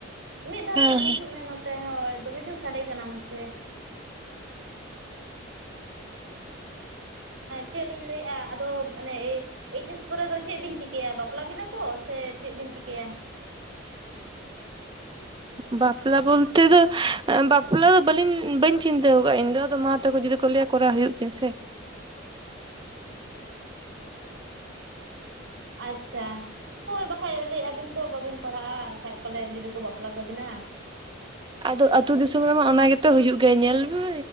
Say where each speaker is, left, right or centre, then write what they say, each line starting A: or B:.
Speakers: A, on the right; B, on the right.
A: ᱢᱤᱫ ᱫᱷᱟᱨᱮ
B: ᱦᱮᱸ
A: ᱧᱚᱜ ᱦᱤᱡᱩᱜ ᱢᱮ ᱱᱚᱛᱮ ᱦᱳᱭ ᱫᱚᱢᱮ ᱡᱳᱨ ᱥᱟᱰᱮ ᱠᱟᱱᱟ ᱢᱟᱥᱮ ᱪᱮᱫ ᱞᱤᱧ ᱞᱟᱹᱭ ᱮᱫᱟ ᱟᱫᱚ ᱢᱟᱱᱮ ᱮᱭᱤᱪ ᱮᱥ ᱯᱚᱨᱮ ᱫᱚ ᱪᱮᱫ ᱵᱤᱱ ᱪᱤᱠᱟᱹᱭᱟ ᱵᱟᱯᱞᱟ ᱵᱤᱱᱟ ᱠᱚ ᱥᱮ ᱪᱮᱫ ᱵᱤᱱ ᱪᱤᱠᱟᱹᱭᱟ
B: ᱵᱟᱯᱞᱟ ᱵᱚᱞᱛᱮ ᱫᱚ ᱵᱟᱯᱞᱟ ᱫᱚ ᱵᱟᱹᱞᱤᱧ ᱵᱟᱹᱧ ᱪᱤᱱᱛᱟᱹ ᱟᱠᱟᱜᱼᱟ ᱤᱧ ᱫᱚ ᱟᱫᱚ ᱢᱟ ᱛᱟᱠᱚ ᱡᱩᱫᱤ ᱠᱚ ᱞᱟᱹᱭᱟ ᱠᱚᱨᱟᱣ ᱦᱩᱭᱩᱜ ᱜᱮᱭᱟ ᱥᱮ
A: ᱟᱪᱪᱷᱟ ᱦᱳᱭ ᱵᱟᱠᱷᱟᱡ ᱞᱟᱹᱭᱮᱫ ᱟᱹᱵᱤᱱ ᱫᱚ ᱵᱟᱹᱵᱤᱱ ᱯᱟᱲᱦᱟᱜᱼᱟ ᱮᱱᱠᱷᱟᱡ ᱯᱟᱞᱮᱫ ᱡᱩᱫᱤ ᱠᱚ ᱵᱟᱯᱞᱟ ᱠᱟᱵᱤᱱᱟ
B: ᱟᱫᱚ ᱟᱹᱛᱩ ᱫᱤᱥᱚᱢ ᱨᱮᱢᱟ ᱚᱱᱟ ᱜᱮᱛᱚ ᱦᱩᱭᱩᱜ ᱜᱮ ᱧᱮᱞ ᱢᱮ